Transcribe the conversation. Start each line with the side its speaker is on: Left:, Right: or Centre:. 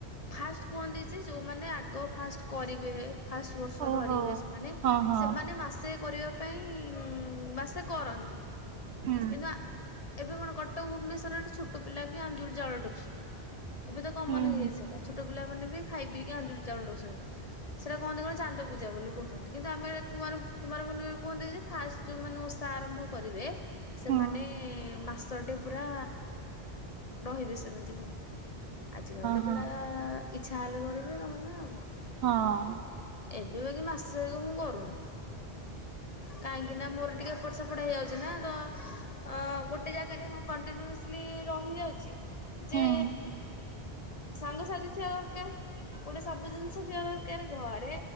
Left: ଫାଷ୍ଟ କୁହନ୍ତିଛି ଯେଉଁମାନେ ଆଗ ଫାଷ୍ଟ କରିବେ ଫାଷ୍ଟ ବର୍ଷ
Right: ଓହୋ।
Left: ଧରିବେ ସେମାନେ
Right: ହଁ ହଁ
Left: ସେମାନେ ମାସେ କରିବା ପାଇଁ ବା ସେ କରନ୍ତି
Right: ହୁଁ
Left: କିନ୍ତୁ ଏବେ କଣ କଟକ ଭୁବନେଶ୍ୱରରେ ଛୋଟ ପିଲା ବି ଆଞ୍ଜୁଳି ଚାଉଳ ଟେକୁଛନ୍ତି। ଏବେ ତ କମନ
Right: ହୁଁ ହୁଁ।
Left: ହେଇଯାଇ ସାରା ଛୋଟ ପିଲା ମାନେ ବି ଖାଇ ପିଇକି ଆଞ୍ଜୁଳି ଚାଉଳ ଦଉଛନ୍ତି। ସେଇଟା କୁହନ୍ତି କଣ ଚାନ୍ଦ ପୂଜା ବୋଲି କହୁଛନ୍ତି କିନ୍ତୁ ଆମେ କୁମାର କୁମାରକୁର୍ଣୀ କୁହନ୍ତି ଯେ ଫାଷ୍ଟ ଯେଉଁମାନେ ଓଷା ଆରମ୍ଭ କରିବେ ସେମାନେ
Right: ହଁ
Left: ମାସଟେ ପୁରା ରହିବେ ସେମିତି କୁହନ୍ତି ଆଜିକାଲି ତ
Right: ହଁ
Left: ପିଲା ଇଚ୍ଛା ହେଲେ କରିବେ ନହଲେ ଆଉ କଣ
Right: ହଁ।
Left: ଏବେ ବାକି ମାସ ଯାକ ମୁଁ କରୁନି। କାହିଁକି ନା ମୋର ଟିକେ ଏପଟ ସେପଟ ହେଇଯାଉଛି ନା ତ ଅ ଗୋଟେ ଜାଗାରେ ହଁ କଣ୍ଟିନ୍ୟୁସଲି ରହି ଯାଉ ଛି
Right: ହୁଁ
Left: ଯେ ସାଙ୍ଗସଥି ଥିବା ଦରକାର। ପୁଣି ସବୁ ଜିନିଷ ଥିବା ଦରକାର ଘରେ